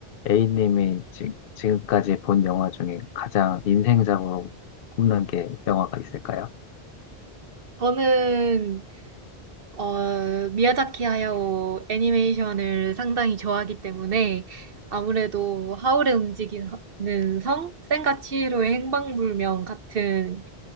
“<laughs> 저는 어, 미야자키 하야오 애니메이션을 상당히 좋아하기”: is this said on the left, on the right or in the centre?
Right